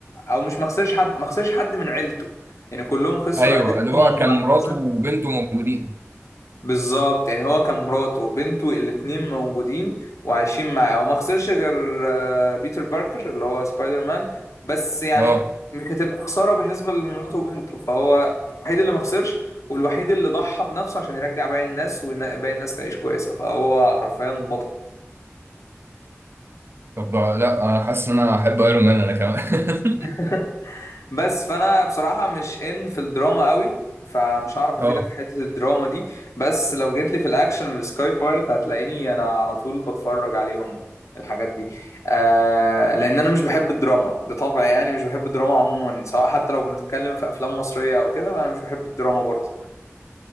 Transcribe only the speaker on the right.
ايوه
اللي هو
كان مراته وبنته موجودين
اه
طب ده- لا انا حاسس ان انا احب ايرون مان انا كمان
<laughs>
اه